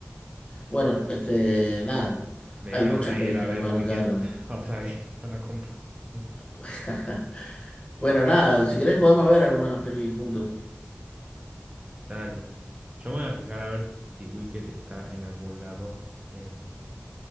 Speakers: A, on the left; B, on the right.
A: Bueno, este, nada.
B: Me
A: Hay
B: dio una
A: muchas
B: gana de
A: pelis
B: ir a
A: que me
B: ver
A: marcaron.
B: Wicked <laughs> otra vez a la compu. <laughs>
A: <laughs> Bueno, nada, si querés podemos ver alguna peli juntos.
B: Dale. Yo me voy a fijar a ver si Wicked está en algún lado en,